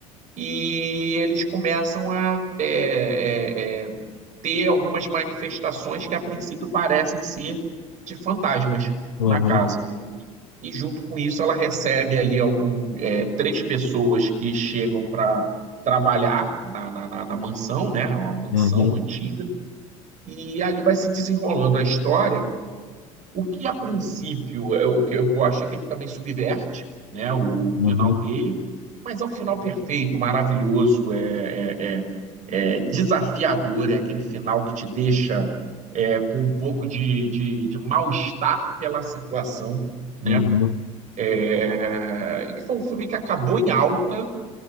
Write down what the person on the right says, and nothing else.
e eles começam a é, é, é, ter algumas manifestações que a princípio parecem ser de fantasmas
na casa. E junto com isso, ela recebe ali algum, é, três pessoas que chegam para trabalhar na, na, na mansão, né? É Uma mansão
antiga. E ali vai se desenrolando a história o que a princípio, é, o que eu gosto é que ele também subverte, né, o
final dele, mas é um final perfeito, maravilhoso, é, é- é- é desafiador, é aquele final que te deixa é, com um pouco de, de, de mal-estar pela situação, né?
É, e que foi um filme que acabou em alta